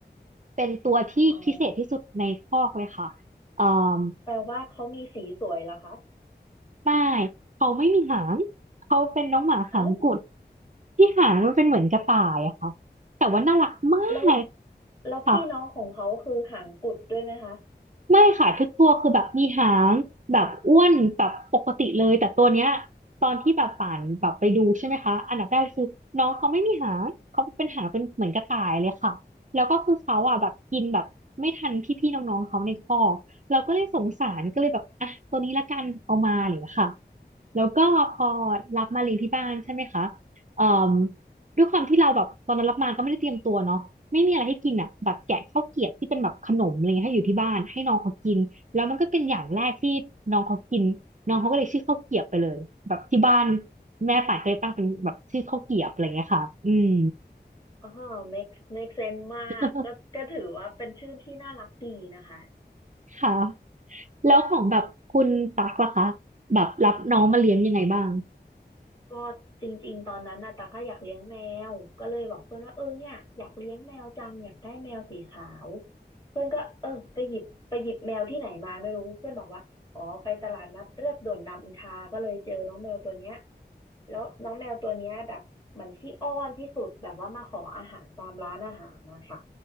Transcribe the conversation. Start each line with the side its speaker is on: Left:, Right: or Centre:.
Right: เป็นตัวที่พิเศษที่สุดในคอกเลยค่ะ
Left: อ๋อ
Right: เอ่อ
Left: แปลว่าเขามีสีสวยเหรอคะ
Right: ไม่เขาไม่มีหางเขาเป็นน้องหมาหางกุด
Left: เอ้า
Right: ที่หางมันเป็นเหมือนกระต่ายอะค่ะแต่ว่าน่ารักมาก
Left: แล้ว แล้วพี่น้องของเขาคือหางกุดด้วยไหมคะ
Right: ค่ะ ไม่ค่ะทุกตัวคือแบบมีหางแบบอ้วนแบบปกติเลยแต่ตัวเนี้ยตอนที่แบบป่านแบบไปดูใช่ไหมคะอันดับแรกเลยคือน้องเขาไม่มีหางเขาเป็นหางเป็นเหมือนกระต่ายเลยค่ะแล้วก็คือเขาอ่ะแบบกินแบบไม่ทันพี่ๆน้องๆเขาในคอกเราก็เลยสงสารก็เลยแบบอ่ะตัวนี้ละกันเอามาอะไรอย่างเลยค่ะแล้วก็พอรับมาเลี้ยงที่บ้านใช่ไหมคะเอ่อ ด้วยความที่เราแบบตอนนั้นรับมาก็ไม่ได้เตรียมตัวเนาะไม่มีอะไรให้กินอ่ะแบบแกะข้าวเกรียบที่เป็นแบบขนมอะไรเงี้ยให้อยู่ที่บ้านให้น้องเขากินแล้วมันก็เป็นอย่างแรกที่น้องเขากินน้องเขาก็เลยชื่อข้าวเกรียบไปเลยแบบที่บ้านแม่ป่านก็เลยตั้งเป็นแบบชื่อข้าวเกรียบอะไรเงี้ยค่ะอืม
Left: อ๋อ make make sense
Right: <laughs>
Left: มากก็ก็ถือว่าเป็นชื่อที่น่ารักดีนะคะ
Right: ค่ะแล้วของแบบคุณตักล่ะคะแบบรับน้องมาเลี้ยงยังไงบ้าง
Left: ก็จริงๆตอนนั้นน่ะตาก็อยากเลี้ยงแมวก็เลยบอกเพื่อนว่าเออเนี่ยอยากเลี้ยงแมวจังอยากได้แมวสีขาวเพื่อนก็เออไปหยิบไปหยิบแมวที่ไหนมาไม่รู้เพื่อนบอกว่าอ๋อไปตลาดนัดเรียบด่วนรามอินทราก็เลยเจอน้องแมวตัวเนี้ยแล้วน้องแมวตัวเนี้ยแบบเหมือนขี้อ้อนที่สุดแบบว่ามาขออาหารตามร้านอาหารนะคะ